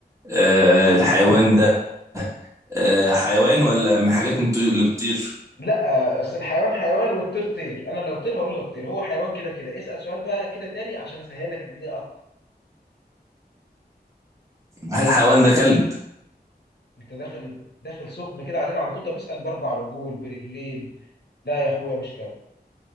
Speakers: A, on the right (about 15°); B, on the left (about 75°).
A: آه الحيوان ده آه حيوان ولا من حاجات الطيور اللي بتطير
B: لا اصل الحيوان حيوان والطير طير انا لو طير هقول لك طير هو حيوان كده كده اسال سؤال بقى كده تاني عشان اسهل لك الدنيا اكتر
A: هل الحيوان ده كلب
B: انت داخل داخل سخن كده علينا على طول طب اسال باربع رجول برجلين لا يا اخويا مش كده